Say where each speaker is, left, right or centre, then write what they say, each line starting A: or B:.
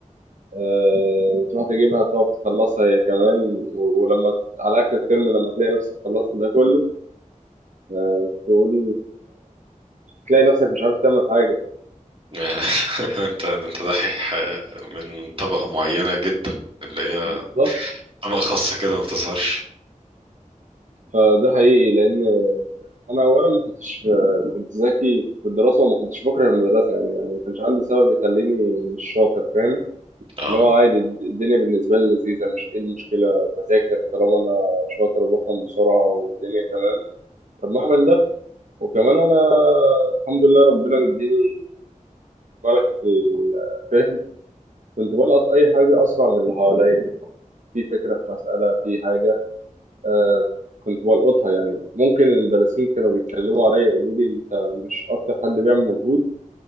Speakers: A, on the right; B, on the right.
A: آه وتروح تجيبها تقعد تخلصها هي كمان و- ولما ت- على اخر الترم لما تلاقي نفسك خلصت ده كله آه تقول تلاقي نفسك مش عارف تعمل حاجة
B: <laughs> انت انت دحيح من طبقة معينة جدا اللي هي
A: بالظبط
B: طبقة خاصة كده ما بتظهرش
A: فده حقيقي لان انا اولا ما كنتش كنت ذكي في الدراسه وما كنتش بكره المدرسه يعني يعني ما كانش عندي سبب يخليني مش شاطر فاهم
B: اه
A: اللي هو عادي الدنيا بالنسبه لي لذيذه مش ايه المشكله بذاكر طالما انا شاطر وبفهم بسرعه والدنيا تمام طب ما اعمل ده وكمان انا الحمد لله ربنا مديني ملكه الفهم كنت بلقط اي حاجه اسرع من اللي حواليا في فكره في مساله في حاجه آه كنت بلقطها يعني ممكن المدرسين كانوا بيتكلموا عليا يقولوا لي انت مش اكتر حد بيعمل مجهود